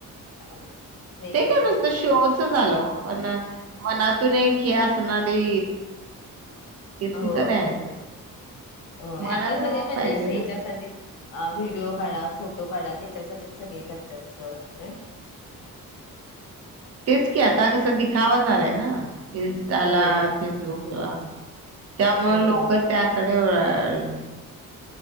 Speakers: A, on the left; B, on the right.
A: चालेल. मेकअप
B: ते काय
A: वगैरे
B: नुसत शो च झालं ओ पण मनातून एक हे असणारी कितीतरी
A: होय,
B: आहेत
A: होय
B: मनातन
A: आता सगळे
B: पण
A: म्हणजे
B: पाहिजे
A: अस हेच्यासाठीच
B: ना
A: अ व्हिडिओ काढा, फोटो काढा. त्येच्यासाठीच सगळे करत्यात सोडा खरं
B: तेच की आता कस दिखावा झालाय ना इनस्टाला,
A: हो.
B: फेसबुक <unintelligible> त्यामुळ
A: हो
B: लोकं
A: हो
B: त्याक <unintelligible> वळाली.